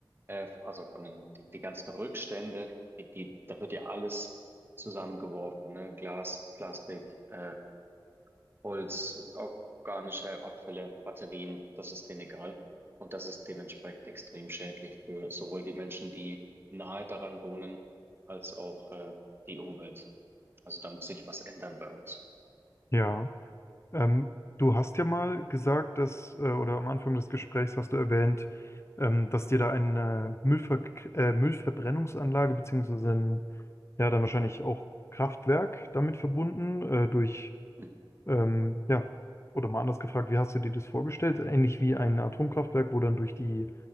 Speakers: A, on the right; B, on the left.
A: äh, also von den die, die ganzen Rückstände, die, die, da wird ja alles zusammengeworfen, ne? Glas, Plastik, äh, Holz, organische Abfälle, Batterien, das ist denen egal. Und das ist dementsprechend extrem schädlich für sowohl die Menschen, die nahe daran wohnen, als auch äh, die Umwelt. Also da muss sich was ändern bei uns.
B: Ja, ähm, du hast ja mal gesagt, dass, äh, oder am Anfang des Gesprächs hast du erwähnt, ähm, dass dir da eine Müllver äh, Müllverbrennungsanlage beziehungsweise ein, ja, dann wahrscheinlich auch Kraftwerk damit verbunden, äh, durch
A: Mhm.
B: Ähm, ja, oder mal anders gefragt, wie hast du dir das vorgestellt? Ähnlich wie ein Atomkraftwerk, wo dann durch die